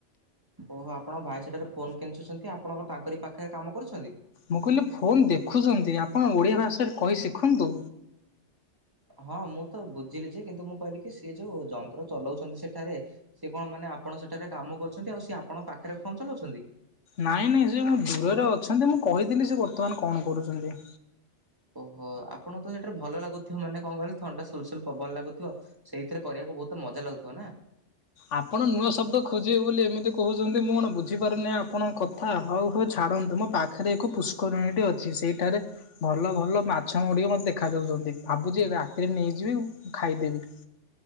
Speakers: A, on the right (about 20°); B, on the left (about 85°).
A: ଓହୋ ଆପଣ ଭାଇ ସେଠାରେ ଫୋନ କେଞ୍ଚୁଛନ୍ତି। ଆପଣ ତାଙ୍କରି ପାଖରେ କାମ କରୁଛନ୍ତି?
B: ମୁଁ କହିଲି ଫୋନ୍ ଦେଖୁଛନ୍ତି। ଆପଣ ଓଡ଼ିଆ ଭାଷାରେ କହି ଶିଖନ୍ତୁ।
A: ହଁ ମୁଁ ତ ବୁଝିଲି ଯେ, କିନ୍ତୁ ମୁଁ କହିଲି କି ସେ ଯୋଉ ଯନ୍ତ୍ର ଚଲାଉଛନ୍ତି ସେଠାରେ, ସିଏ କଣ ମାନେ ନା ଆପଣ ସେଠାରେ କାମ କରୁଛନ୍ତି। ଆଉ ସିଏ ଆପଣଙ୍କ ପାଖରେ ଫୋନ ଚଲାଉଛନ୍ତି।
B: ନାଇଁ ନାଇଁ, ସେ ମୋ ଦୂରରେ ଅଛନ୍ତି। ମୁଁ କହିଥିଲି ସେ ବର୍ତ୍ତମାନ କଣ କରୁଛନ୍ତି?
A: ଓହୋ। ଆପଣ ତ ସେଟାରେ, ଭଲ ଲାଗୁଥିବ ମାନେ କଣ କହିଲେ, ଥଣ୍ଡା ସୁଲସୁଲ ପବନ ଲାଗୁଥିବ। ସେଇଥିରେ କରିବାକୁ ବହୁତ ମଜା ଲାଗୁଥିବ ନା?
B: ଆପଣ ନୂଆ ଶବ୍ଦ ଖୋଜିବେ ବୋଲି ଏମିତି କହୁଛନ୍ତି। ମୁଁ କଣ ବୁଝିପାରୁନି ଆପଣଙ୍କ କଥା। ହଉ, ହଉ ଛା ଛାଡ଼ନ୍ତୁ। ମୋ ପାଖରେ ଏକ ପୁଷ୍କରିଣୀଟି ଅଛି। ସେଇଠାରେ ଭଲ, ଭଲ ମାଛ ଗୁଡିିକ ମତେ ଦେଖାାଯଉଛନ୍ତି। ଭାବୁଛି ରାତିରେ ନେଇଯିବି, ଖାଇଦେବି।